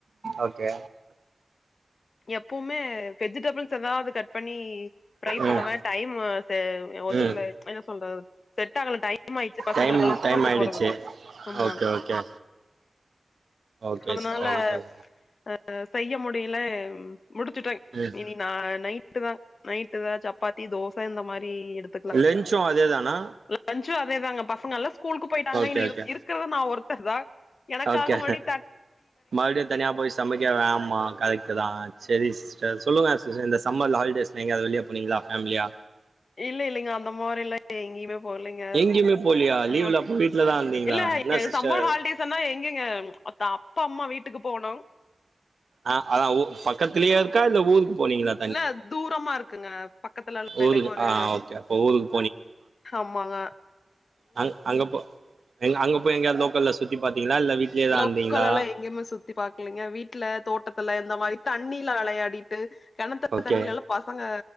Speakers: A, on the right (about 80°); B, on the left (about 75°).
A: ஓகே
B: எப்பவுமே வெஜிடபிள்ஸ் ஏதாவது கட் பண்ணி டிரை
A: ம்
B: பண்ணுவ டைம் ஸெ ஒத்துக்கல
A: ம்
B: என்ன சொல்றத் செட் ஆகல டைம் ஆய்ச்சு பசங்களுக்கெல்லா
A: டைம் டைம்
B: ஸ்கூல்க்கு
A: ஆயிடுச்சு
B: போறதுக்கு ஆமா
A: ஓகே ஓகே ஓகே
B: அதனால
A: சிஸ்டர்
B: அ செய்ய முடியல முடிச்சுட்டங்
A: ம்
B: இனி ந நைட்டு தா நைட்டு தா சப்பாத்தி தோச இந்த மாரி எடுத்
A: லெஞ்சு அதே தானா
B: லஞ்சு அதேதாங்க பசங்கல்லா ஸ்கூலுக்கு போய்ட்டாங்க
A: ஓகே
B: இனி
A: ஓகே
B: இருக்குறது நா ஒருத்தர் தா எனக்காக
A: ஓகே
B: மருடி
A: மறுபடியு தனியா போய் சமைக்க வேமா கரெட்டுதா சரி சிஸ்டர் சொல்லங்க சிஸ் இந்த சம்மல் ஹாலிடேஸ் எங்காவது வெளிய போனீங்ளா ஃபேம்லியா
B: இல்ல இல்லலேங்க அந்த மோரில்லா எங்கயுமே போலீங்க
A: எங்கேயுமே போலியா
B: ஆ
A: லீவ்ல அப்ப வீட்ல தா இருந்தீங்களா
B: இல்ல
A: என்ன சிஸ்டர்
B: சம்மர் ஹாலிடேஸ் ன்னா எங்கெங்க அப்பா அம்மா வீட்டுக்கு போனோம்
A: அ அதா பக்கத்துலயெ ர்க்கா இல்ல ஊருக் போனீங்ளா
B: இல்ல தூரமார்க்குங்க பக்கத்துலல
A: ஊருக்கு
B: இல்லேங்க ஒரு
A: ஆ ஓகே அப்போ ஊருக்கு
B: ம்மாங்க
A: அ அங்க எங்க அங்க போய் எங்கயாது லோக்கல்ல சுத்தி பாத்தீங்ளா இல்ல வீட்லயே தா
B: லொக்கலல்லா
A: இருந்தீங்களா
B: எங்கேயுமே சுத்தி பாக்கலீங்க வீட்டுல தோட்டத்துல இந்த மாரி தண்ணில வெளையாடி ட்டு கெணத்து
A: ஓகே
B: தண்ணில ல்லா பசங்க